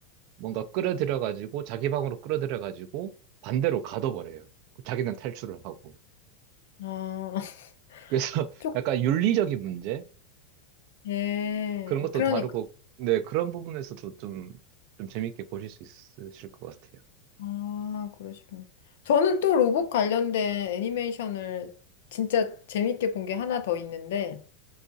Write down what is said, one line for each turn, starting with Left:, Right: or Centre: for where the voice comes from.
Right: 뭔가 끌어들여가지고 자기 방으로 끌어들여가지고 반대로 가둬버려요. 그 자기는 탈출을 하고.
Left: 아, <laughs>
Right: 그래서 <laughs>
Left: 조금,
Right: 약간 윤리적인 문제?
Left: 네
Right: 그런 것도
Left: 그러니까.
Right: 다루고, 네, 그런 부분에서도 좀, 좀 재밌게 보실 수 있으실 것 같아요.
Left: 아, 그러시군요. 저는 또 로봇 관련된 애니메이션을 진짜 재밌게 본 게 하나 더 있는데,